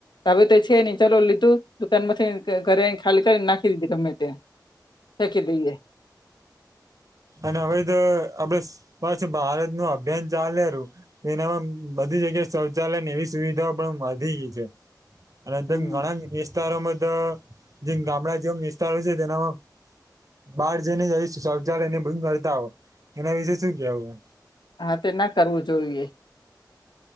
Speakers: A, on the left; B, on the right.
A: હવે તો એ છે નઈ ચાલો લીધું દુકાનમાંથી ઘરે આઈ ન ખાલી કરીન નાખ <unintelligible> દીધી ગમે ત્યાં નાખી દઈએ.
B: અને હવે તો આપડે સ્વચ્છ ભારતનું અભિયાન ચાલેરું એનામાં બધી જગ્યાએ શૌચાલય ને એવી સુવિધાઓ પણ વધી ગઈ છે. અને તેમ
A: હમ
B: ઘણા ન વિસ તારોમાં તો જેમ ગામડા જેમ વિસ્તારો છે તેનામાં બાર <unintelligible> શૌચાલય ને ને બધું કરતા હોય એના વિશેે શું કેવું.
A: હા તે ના કરવું જોઈએ.